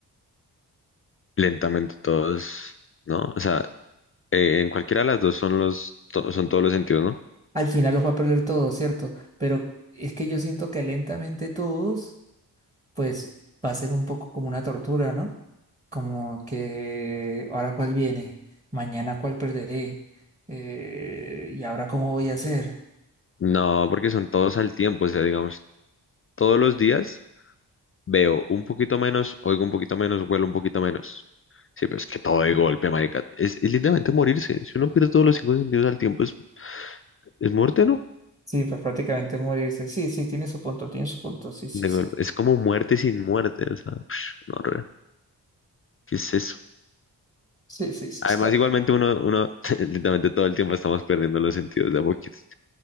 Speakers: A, on the left (about 35°); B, on the right (about 20°).
A: Lentamente todos, ¿no? O sea, eh, en cualquiera de las dos son los, to- son todos los sentidos, ¿no?
B: Al final los va a perder todos, ¿cierto? Pero es que yo siento que lentamente todos, pues va a ser un poco como una tortura, ¿no? Como que ahora cuál viene, mañana cuál perderé, eh, y ahora cómo voy a hacer.
A: No, porque son todos al tiempo. O sea, digamos, todos los días veo un poquito menos, oigo un poquito menos, huelo un poquito menos. Sí, pero es que todo de golpe, marica. Es, es literalmente morirse. Si uno pierde todos los cinco sentidos al tiempo, es ¿Es muerte, no?
B: Sí, pues prácticamente morirse. Sí, sí, tiene su punto, tiene su punto. Sí, sí,
A: De
B: sí.
A: golpe. Es como muerte sin muerte, o sea, <sniffs> no, re, ¿qué es eso?
B: Sí, sí, sí,
A: Además,
B: está.
A: igualmente uno, uno, <laughs> literalmente todo el tiempo estamos perdiendo los sentidos de a poquitos.